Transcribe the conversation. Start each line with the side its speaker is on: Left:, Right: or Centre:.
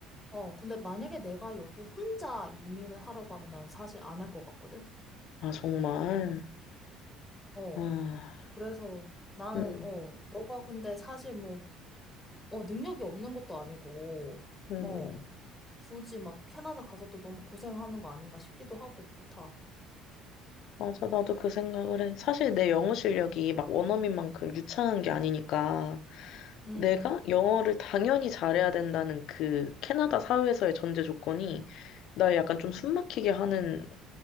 Centre: 어, 근데 만약에 내가 여기 혼자 이민을 하라고 하면 난 사실 안 할 것 같거든?
Left: 아, 정말.
Centre: 어,
Left: 아.
Centre: 그래서 나는,
Left: 음,
Centre: 어, 너가 근데 사실 뭐, 어, 능력이 없는 것도 아니고,
Left: 음,
Centre: 어. 굳이 막 캐나다 가서 또 너무 고생하는 거 아닌가 싶기도 하고 그렇다.
Left: 맞아. 나도 그 생각을 해. 사실 내 영어 실력이 막 원어민만큼 유창한 게 아니니까
Centre: 음,
Left: 내가 영어를 당연히 잘해야 된다는 그 캐나다 사회에서의 전제 조건이 나 약간 좀 숨막히게 하는